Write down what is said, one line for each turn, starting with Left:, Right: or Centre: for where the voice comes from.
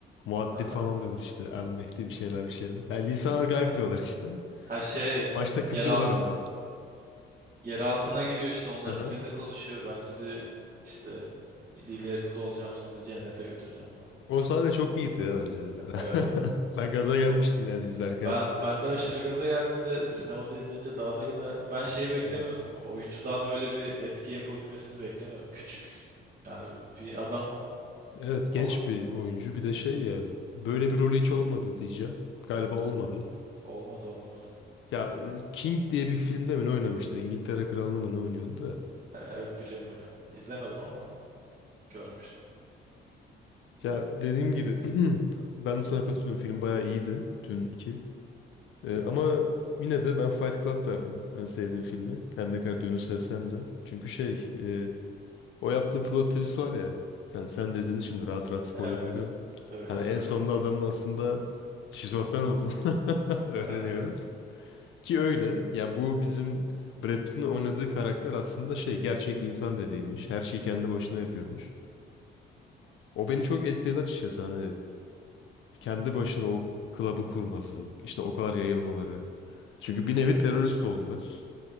Left: Muaddi
Right: Haha.
Left: falan diyorlar işte El Mehdi bir şeyler bir şeyler. Yani lisanlar gayb
Right: Evet.
Left: diyorlar işte.
Right: Her şey
Left: Başta kızıyorlar
Right: yer, al-
Left: ama.
Right: yer altına giriyor işte onların
Left: Aha.
Right: dilinde konuşuyor. Ben sizi işte dilleriniz olacağım, sizi cennete götüreceğim falan diye.
Left: O sahne çok iyiydi ya bence.
Right: Evet.
Left: <laughs> Ben gaza gelmiştim
Right: O-
Left: yani izlerken
Right: Ben
Left: hatırlıyorum.
Right: ben de aşırı gaza geldim bir de sinemada izleyince daha da gaza geldim. Ben şeyi beklemiyordum.
Left: Hmm.
Right: Oyuncudan öyle bir etki yapabilmesini beklemiyorum. Küçük yani bir adam
Left: Evet
Right: ama
Left: genç bir oyuncu bir de şey ya böyle bir rolü hiç olmadı diyeceğim. Galiba olmadı.
Right: olmadı olmadı.
Left: Ya e, King diye bir filmde mi ne oynamıştı? İngiltere Kralı'nı mı ne oynuyordu da.
Right: E, e, biliyorum biliyorum. İzlemedim ama görmüştüm.
Left: Ya dediğim gibi <clears throat> ben de sana katılıyorum. Film bayağı iyiydi. Dün iki. Ee, ama yine de ben Fight Club derdim. Yani sevdiğim filmi. Her ne kadar Dün'ü sevsem de. Çünkü şey e, o yaptığı plot twist var ya. Sen, sen de izledin şimdi rahat rahat spoiler
Right: Evet.
Left: veriyorum.
Right: Öyle
Left: Hani
Right: söyle.
Left: en sonunda adamın aslında şizofren olduğunu <laughs> öğreniyoruz.
Right: Evet,
Left: Ki öyle. Ya bu bizim Brad Pitt'in oynadığı karakter aslında şey gerçek bir insan bile değilmiş. Her şeyi kendi başına yapıyormuş. O beni çok etkiledi açıkçası. Hani kendi başına o klabı kurması, işte o kadar yayılmaları. Çünkü bir nevi terörist oldular.